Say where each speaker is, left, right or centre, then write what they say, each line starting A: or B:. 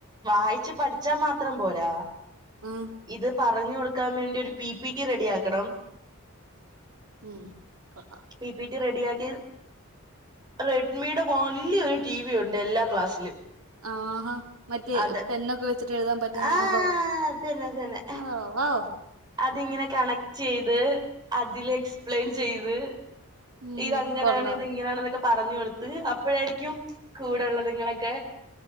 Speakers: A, on the right (about 20°); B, on the right (about 80°).
A: വായിച്ചു പഠിച്ചാ മാത്രം പോരാ.
B: ആഹ്
A: ഇത് പറഞ്ഞു കൊടുക്കാൻ വേണ്ടി ഒരു പി പി റ്റി റെഡി ആക്കണം.
B: മ് കാ
A: പി പിറ്റി റെഡി ആക്കി റെ മിയുടെ വലിയ ഒരു ടി വി ഉണ്ട് എല്ലാ ക്ലാസ്സിലും.
B: ആഹാ മറ്റേ
A: അത്
B: പെന്നൊക്കെ വെച്ചിട്ട് എഴുതാൻ പറ്റുന്ന
A: ആഹ്
B: അതോ
A: അതന്നെ അതന്നെ
B: ആ വാ
A: അതിങ്ങനെ കണക്ട് ചെയ്ത് അതില് എക്സ്പ്ലെയിൻ ചെയ്ത്.
B: ഉം
A: ഇത് അങ്ങനെയാണ്
B: കൊള്ളാം
A: ഇത്ങ്ങനെയണെന്നൊക്കെ പറഞ്ഞു കൊടുത്ത് അപ്പോഴായിരിക്കും കൂടെള്ളതുങ്ങളൊക്കെ